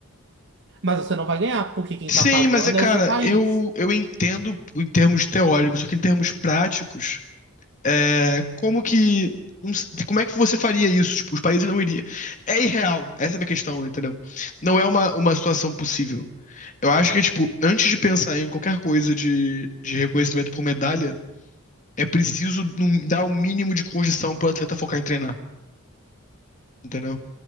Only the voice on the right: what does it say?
Mas você não vai ganhar, porque quem
tá pagando
é o seu país.